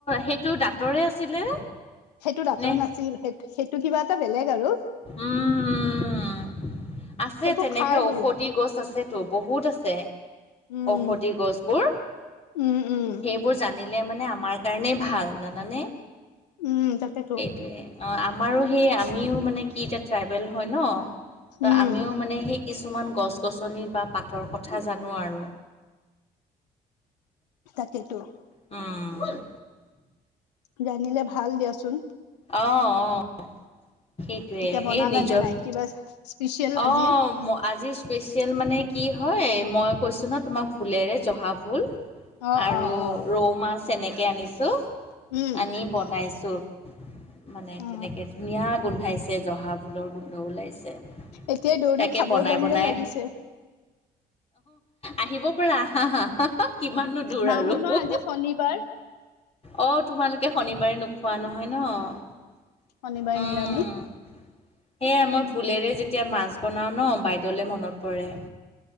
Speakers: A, on the left; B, on the left.
A: সেইটো দাঁতৰে আছিলে
B: সেইটো দাঁতৰ
A: নে?
B: নাছিল সেই সেইটো কিবা এটা বেলেগ আৰু
A: উম আছে
B: সেইটো
A: তেনেকে
B: খাৰ বুলিয়
A: ঔষধি গছ আছে বহুত আছে
B: উম
A: সদী গছবোৰ
B: উম উম
A: সেইবোৰ জানি মানে আমাৰ কাৰণেই ভাল জানানে
B: উম তাকেতো
A: সেইটোৱে। অ আমাৰো সেই আমিও মানে কি এতিয়া ট্ৰাইবেল হয় ন ত
B: উম
A: আমিও মানে সেই কিছুমান গছ গছনি বা পাতৰ কথা জানো আৰু।
B: তাকে টো
A: উম
B: জানিলে ভাল দিয়াচোন।
A: অ অ সেইটোয়ে
B: এতিয়া বনালানে
A: এই নিজৰ
B: নাই কিবা স্পেচিয়েল
A: অ
B: আজি
A: আজি স্পেচিয়েল মানে কি হয়। মই কৈছোঁ ন তোমাক ভুলেৰে জহা ভুল
B: অ
A: আৰু
B: অ অ
A: ৰৌ মাছ এনেকে আনিছোঁ
B: উম
A: আনি বনাইছোঁ। মানে
B: অ
A: তেনেকে ধুনীয়া গোন্ধাইছে। জহা ভুলৰ গোন্ধ ওলাইছে
B: এতিয়াই দৌৰি
A: তাকে
B: খাব
A: বনাই
B: যাম
A: বনাই
B: যেন লাগিছে
A: আহিব পাৰা আহা কিমাননো দূৰ
B: নাহো
A: আৰু?
B: ন আজি শনিবাৰ
A: অ', তোমালোকে শনিবাৰে নোখোৱা নহয় ন,
B: শনিবাৰে
A: উম।
B: নিৰামিষ
A: উম, সেয়াই মই ভুলেৰে যেতিয়া মাছ বনাও ন বাইদেউলে মনত পৰে।